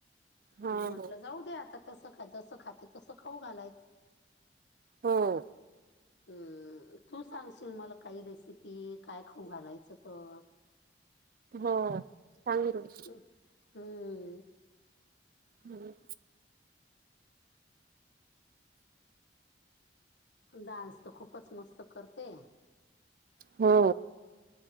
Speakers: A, on the right; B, on the left.
A: हा
B: मग म्हटलं जाऊ दे आता तस खा जसं खाते तसं खाऊ घालायच.
A: हो
B: हम्म तू सांगशील मला काही रेसिपी काय खाऊ घालायचं तर.
A: हो सांगलीकडं.
B: हम्म.
A: हम्म.
B: डान्स तर खूपचं मस्त करते.
A: हो.